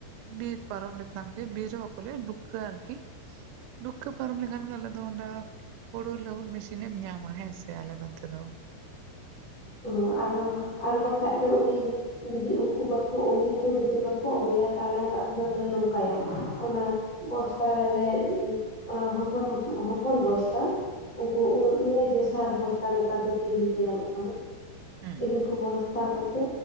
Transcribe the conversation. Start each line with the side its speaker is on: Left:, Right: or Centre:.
Right: ᱵᱤᱨ ᱯᱚᱨᱚᱢ ᱞᱮᱠᱷᱟᱱ ᱜᱮ ᱵᱤᱨ ᱵᱟᱠᱚ ᱞᱟᱹᱭᱟ ᱰᱩᱯᱠᱟᱹ ᱟᱨᱠᱤ᱾ ᱰᱩᱯᱠᱟᱹ ᱯᱟᱨᱚᱢ ᱞᱮᱠᱷᱟᱱ ᱜᱮ ᱟᱞᱮ ᱫᱚ ᱚᱸᱰᱟ ᱦᱩᱲᱩ ᱞᱟᱹᱦᱩᱫ ᱢᱮᱥᱤᱱ ᱮᱢ ᱧᱟᱢᱟ ᱦᱮᱸᱥᱮ ᱟᱞᱮ ᱱᱚᱱᱚᱛᱮ ᱫᱚ᱾
Left: ᱳ ᱟᱨᱚ ᱟᱨ ᱵᱟᱠᱷᱟᱡ ᱫᱚ ᱩᱱᱤ ᱡᱩᱫᱤ ᱩᱱᱠᱩ ᱵᱟᱠᱚ ᱩᱱᱤᱠᱩ ᱡᱩᱫᱤ ᱵᱟᱠᱚ ᱟᱹᱜᱩᱭᱟ ᱛᱟᱦᱚᱞᱮ ᱫᱟᱜ ᱫᱚᱞᱮ ᱱᱚᱝᱠᱟᱭᱟ᱾ ᱚᱱᱟ ᱵᱚᱥᱛᱟ ᱨᱮᱞᱮ ᱚᱱᱟ ᱦᱚᱯᱚᱱ ᱦᱚᱯᱚᱱ ᱵᱚᱥᱛᱟ ᱩᱱᱠᱩ ᱩᱫᱞᱮ ᱡᱮᱥᱟᱨ ᱵᱚᱥᱛᱟ ᱱᱮᱛᱟᱨ ᱫᱚ ᱠᱤᱨᱤᱧ ᱛᱮ ᱧᱟᱢᱚᱜ ᱠᱟᱱᱟ᱾
Right: ᱦᱩᱸ
Left: ᱤᱱᱟᱹ ᱠᱚ ᱵᱚᱥᱛᱟ ᱠᱚᱛᱮ